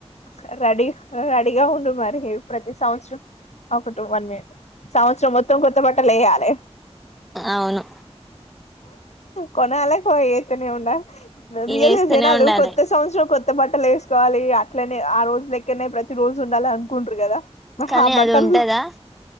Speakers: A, on the left (about 85°); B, in the centre.
A: సా రెడీ రెడీగా ఉండు మరి ప్రతి సంవత్సరం ఒక టు వన్ మీ సంవత్సరం మొత్తం కొత్త బట్టలు ఎయాలే
B: అవును
A: కొనాలే కో ఏతనే ఉండ రియల్
B: ఏస్తూనే
A: జనాలు
B: ఉండాలి
A: కొత్త సంవత్సరం కొత్త బట్టలు ఎసుకో వాలి ఇగ అట్లేనే ఆ రోజు లెక్కనే ప్రతి రోజు ఉండాలి అనుకుంటుారు కదా మరి
B: కానీ
A: ఆ బట్టలు
B: అది ఉంటదా